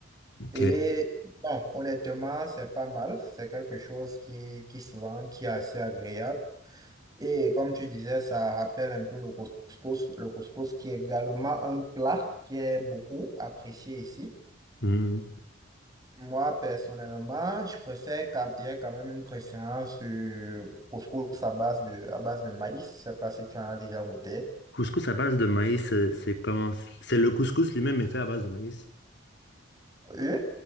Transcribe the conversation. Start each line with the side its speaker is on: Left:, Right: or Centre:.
Left: OK.
Right: Et bon, honnêtement, c'est pas mal. C'est quelque chose qui, qui se vend, qui est assez agréable. Et comme tu disais, ça rappelle un peu le couscous, le couscous qui est également un plat qui est beaucoup apprécié ici.
Left: Hmm.
Right: Moi, personnellement, je préfère quand, il y a quand même une préférence euh, couscous à base de, à base de maïs. Je sais pas si tu en as déjà goûté.
Left: Couscous à base de maïs, c'est c'est comment? C'est le couscous lui-même est fait à base de maïs.
Right: Euh,